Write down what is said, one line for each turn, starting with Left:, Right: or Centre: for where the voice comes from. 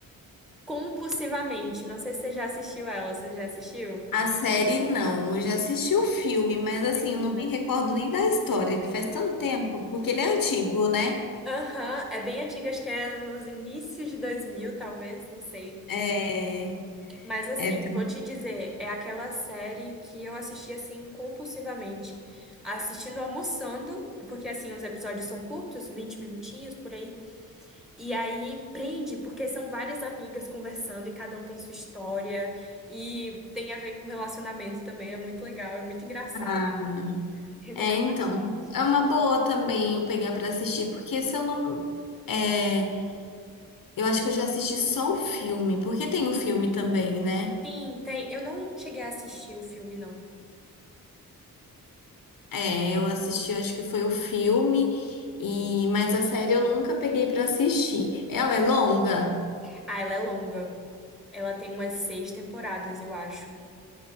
Centre: Compulsivamente. Não sei se você já assistiu ela. Você já assistiu?
Left: A série não. Eu já assisti o filme, mas
Centre: O filme,
Left: assim, eu não
Centre: né?
Left: me recordo nem da história, que faz tanto tempo, porque ele é antigo, né?
Centre: Aham, é bem antiga, acho que é nos inícios de 2000, talvez, não sei.
Left: É,
Centre: Mas assim,
Left: é,
Centre: vou te dizer, é aquela série que eu assisti assim compulsivamente. Assistindo almoçando, porque assim, os episódios são curtos, 20 minutinhos por aí. E aí prende, porque são várias amigas conversando e cada um tem sua história e tem a ver com relacionamento também, é muito legal, é muito engraçado.
Left: ah,
Centre: Recomendo
Left: é, então.
Centre: bastante.
Left: É uma boa também eu pegar pra assistir, porque se eu não. É, eu acho que eu já assisti só o filme, porque tem o filme também, né?
Centre: Sim, tem. Eu não cheguei a assistir o filme, não.
Left: É, eu assisti, acho que foi o filme, e mas a série eu nunca peguei pra assistir. Ela é longa?
Centre: Ah, ela é longa. Ela tem umas seis temporadas, eu acho.